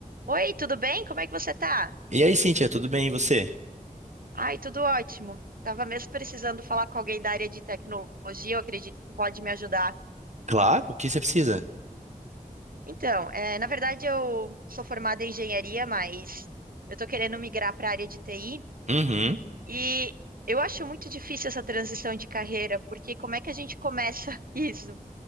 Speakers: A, on the right; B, on the right.
A: Oi, tudo bem? Como é que você tá?
B: E aí, Cíntia, tudo bem? E você?
A: Ai, tudo ótimo. Tava mesmo precisando falar com alguém da área de tecnologia, eu acredito que tu pode me ajudar.
B: Claro, o que você precisa?
A: Então, eh, na verdade eu sou formada em engenharia, mas eu tô querendo migrar para a área de TI
B: Uhum,
A: e eu acho muito difícil essa transição de carreira, porque como é que a gente começa <laughs> isso?